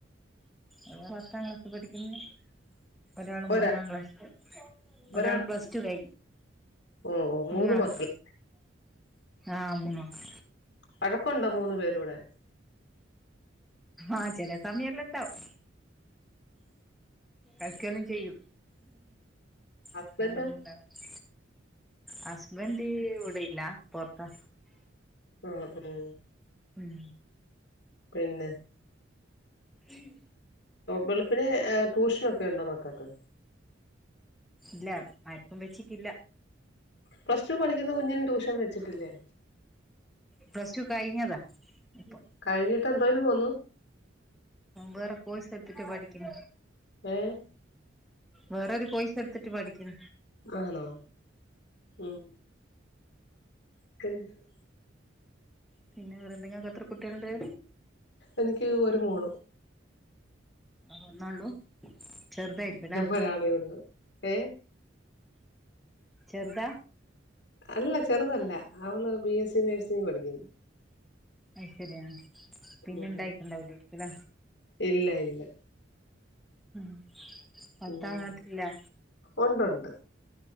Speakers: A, in the centre; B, on the left.
A: <unintelligible> ത്താം ക്ലാസ് പഠിക്കുന്നെ. ഒരാള്
B: ഒരാ
A: മൂന്നാം ക്ലാസ്സ്ല്
B: ഒരാള്
A: ഒരാൾ പ്ലസ് ടു കഴി
B: ഓഹ് ഓഹ് മൂന്ന്
A: മൂന്നാള്
B: മക്കള്
A: ആ മൂന്നാള്
B: വഴക്കുണ്ടോ മൂന്ന്പേരൂടെ.
A: ആഹ് ചെല സമയല്ലുണ്ടാവും. കഴക്കലും ചെയ്യും
B: ഹസ്ബൻഡോ
A: കിക്കണ്ടന്നും ഇണ്ടാവില്ല ഹസ്ബൻഡ് ഇവിടില്ല പൊറത്താ
B: ആഹ് ഉം
A: ഉം
B: പിന്നെ.
A: ഉം.
B: വെളുപ്പിന് ട്യൂഷനൊക്കെ ഉണ്ടോ മക്കൾക്ക്
A: ഇല്ല ആർക്കും വച്ചിക്കില്ല
B: പ്ലസ് ടു പഠിക്കുന്ന കുഞ്ഞിന് ട്യൂഷൻ വെച്ചിട്ടില്ലേ
A: പ്ലസ്ടു കഴിഞ്ഞതാ ഇപ്പൊ
B: കഴിഞ്ഞിട്ട് എന്തോന് പോന്നു
A: വേറെ കോഴ്സ് എത്തിട്ട് പഠിക്കണ
B: ഏഹ്
A: വേറൊരു കോയ്സെടുത്തിട്ട് പഠിക്കിൻ.
B: ആണോ? ഉം <unintelligible>
A: പിന്നെ വേറെന്തെങ്കിലക്കെ എത്ര കുട്ടികളുണ്ട്
B: എനിക്ക് ഒരു മോള്
A: അഹ് ഒന്നേള്ളൂ ചെർതായിരിക്കുല്ലേ?
B: ഒരാളേ ഉള്ളൂ ഏ
A: ചെർതാ
B: അല്ല ചെറുതല്ല അവള് ബി എസ് സി നേഴ്സിങ്ങിന് പഠിക്കുന്നു.
A: അയ് ശര്യാ പിന്നെ
B: ഉം
A: ഇണ്ടായിട്ട്ണ്ടാവുല്ലേക്കുല്ലേ
B: ഇല്ല ഇല്ല.
A: ഉം പർത്താവ്
B: ഉം
A: നാട്ട്ലില്ലേ?
B: ഉണ്ടുണ്ട്